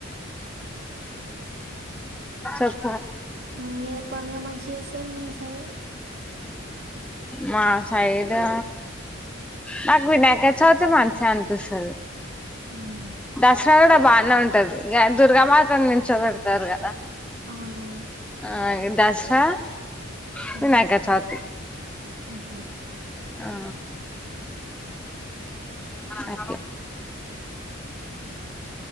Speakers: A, in the centre; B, on the right (about 55°).
A: చెప్
B: హ్మ్ ఏ పండుగ మంచి యేస్ త్తరు మీ సైడు
A: మా సైడా నాక్ వినాయకచవితి మంచిగ అనిపిస్తది.
B: ఉమ్,
A: దస్రా కూడ బానే ఉంటది ఇగ దుర్గామాత ను నుంచొ వెడుతారు కదా
B: అవునవును
A: ఆ ఇంగ్ దస్ హా <unintelligible>
B: ఉమ్,
A: ఆ తే
B: ఉహు
A: ఆ ఒకే